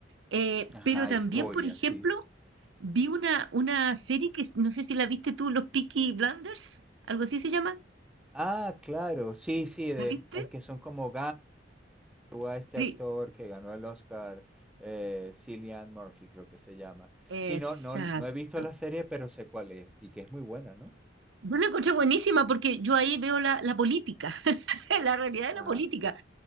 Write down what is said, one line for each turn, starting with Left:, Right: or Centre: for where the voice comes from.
Right: Eh,
Centre: Ajá,
Right: pero también,
Centre: historia,
Right: por ejemplo,
Centre: sí.
Right: vi una, una serie que, s- no sé si la viste tú, Los Peaky Blinders, algo así se llama,
Centre: Ah, claro, sí, sí, de,
Right: ¿la viste?
Centre: es que son como tuvo a este
Right: Sí,
Centre: actor que ganó el Oscar, eh, Cillian Murphy, creo que se llama.
Right: exacto.
Centre: Sí, no, no, no he visto la serie, pero sé cuál es y que es muy buena, ¿no?
Right: Yo la encontré buenísima porque yo ahí veo la, la política, <laughs> la realidad de la
Centre: Ah,
Right: política,